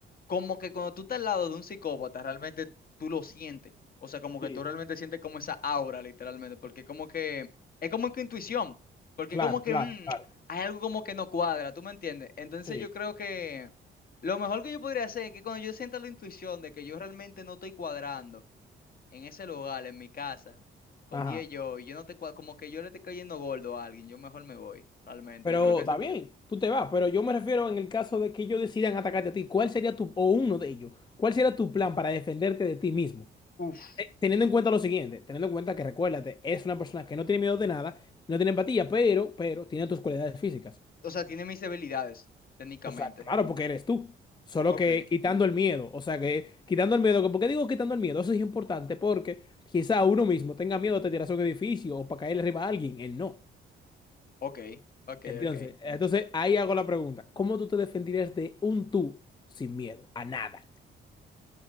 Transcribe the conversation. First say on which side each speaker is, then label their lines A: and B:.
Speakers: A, on the left (about 50°); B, on the left (about 20°).
A: como que cuando tú estás al lado de un psicópata, realmente tú lo sientes. O sea, como que
B: sí.
A: tú realmente sientes como esa aura, literalmente, porque como que es como que intuición, porque
B: Claro,
A: como que
B: claro,
A: mm,
B: claro.
A: hay algo como que no cuadra, ¿tú me entiendes? Entonces
B: Sí.
A: yo creo que lo mejor que yo podría hacer es que cuando yo sienta la intuición de que yo realmente no estoy cuadrando en ese lugar, en mi casa, con
B: Ajá.
A: diez yo, y yo no te cuadro, como que yo le estoy cayendo gordo a alguien, yo mejor me voy, realmente.
B: Pero
A: Yo creo que,
B: está
A: ese-
B: bien, tú te vas, pero yo me refiero en el caso de que ellos decidan atacarte a ti, ¿cuál sería tu, o uno de ellos, cuál sería tu plan para defenderte de ti mismo?
A: uf,
B: Te- Teniendo en cuenta lo siguiente, teniendo en cuenta que recuérdate, es una persona que no tiene miedo de nada, no tiene empatía, pero, pero tiene tus cualidades físicas.
A: o sea, tiene mis debilidades, técnicamente.
B: O sea, claro, porque eres tú. Solo
A: Ok.
B: que quitando el miedo, o sea que quitando el miedo, ¿por qué digo quitando el miedo? Eso es importante porque quizá uno mismo tenga miedo de tirarse a un edificio o para caer arriba a alguien, él no.
A: Ok, ok,
B: Entonces,
A: ok.
B: entonces ahí hago la pregunta. ¿Cómo tú te defenderías de un tú sin miedo a nada?